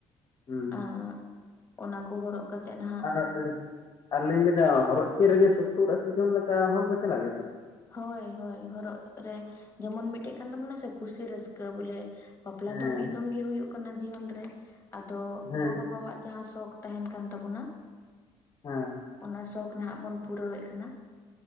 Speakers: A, on the left (about 35°); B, on the left (about 20°).
A: ᱦᱩᱸ
B: ᱟ ᱚᱱᱟ ᱠᱚ ᱦᱚᱨᱚᱜ ᱠᱟᱛᱮ ᱱᱟᱦᱟᱜ
A: ᱫᱟᱜ ᱡᱟᱹᱲᱤ ᱟᱨᱞᱤᱧ ᱞᱟᱹᱭ ᱮᱟ ᱦᱚᱨᱚᱜ ᱪᱮᱫ ᱨᱮᱜᱮ ᱥᱳᱛᱨ ᱟᱥᱤ ᱡᱚᱱ ᱞᱮᱠᱟ, ᱦᱚᱲ ᱠᱚ ᱪᱟᱞᱟᱜ ᱜᱮᱯᱮ?
B: ᱦᱳᱭ ᱦᱳᱭ, ᱦᱚᱨᱚᱜ ᱨᱮ ᱡᱮᱢᱚᱱ ᱢᱤᱫᱴᱮᱡ ᱠᱟᱱ ᱛᱟᱵᱚᱱᱟ ᱥᱮ ᱠᱩᱥᱤ ᱨᱟᱹᱥᱠᱟᱹ ᱵᱚᱞᱮ ᱵᱟᱯᱞᱟ
A: ᱦᱮᱸ
B: ᱫᱚ ᱢᱤᱫ ᱫᱚᱢ ᱜᱮ ᱦᱩᱭᱩᱜ ᱠᱟᱱᱟ ᱡᱤᱭᱚᱱ ᱨᱮ, ᱟᱫᱚ
A: ᱦᱮᱸ
B: ᱜᱚ ᱵᱟᱵᱟᱣᱟᱜ ᱡᱟᱸᱦᱟᱸ ᱥᱚᱠ ᱛᱟᱦᱮᱱ ᱠᱟᱱ ᱛᱟᱵᱚᱱᱟ᱾
A: ᱦᱮᱸ
B: ᱚᱱᱟ ᱥᱚᱠᱷ ᱱᱟᱦᱟᱜ ᱵᱚᱱ ᱯᱩᱨᱟᱹᱣᱮᱜ ᱠᱟᱱᱟ ᱾